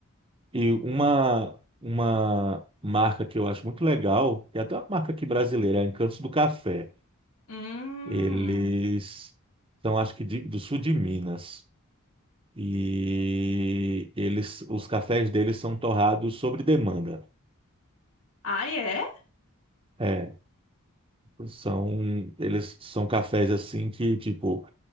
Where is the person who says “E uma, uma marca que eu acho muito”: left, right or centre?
Right